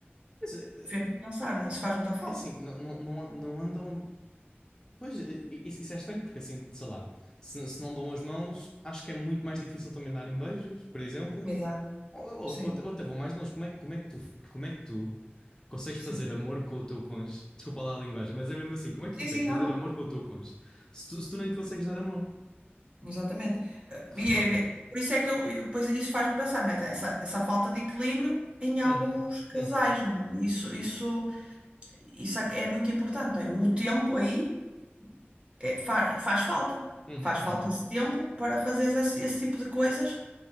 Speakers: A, on the left; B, on the right.
A: Mas, é
B: Fez-me pensar, não é? Isso faz muita falta.
A: é assim, não, não, não, an- não andam. Pois, é, é, isso, isso é estranho, porque assim, sei lá, se, se não dão as mãos, acho que é muito mais difícil também darem beijos, por exemplo.
B: Exato,
A: Ou, ou,
B: sim,
A: ou até ou até vão mais longe. Como é, que- como é que tu, como é que tu consegues
B: sim.
A: fazer amor com o teu cônjuge? Desculpa lá a linguagem, mas é mesmo assim, como é que
B: Sim,
A: tu consegues
B: sim, não,
A: fazer
B: não,
A: amor com o teu cônjuge se tu, se tu não lhe consegues dar a mão?
B: exatamente. Eh,
A: Que
B: E
A: fogo.
B: é, é- por isso é que eu, eu- pois isso faz-me pensar, não é? Essa, essa falta de equilíbrio em alguns
A: Uhum,
B: casais,
A: uhum,
B: não é? Isso, isso, isso é é muito importante, não é? O tempo aí é, fa- faz falta.
A: uhum,
B: Faz falta
A: uhum.
B: esse tempo para fazeres esse, esse tipo de coisas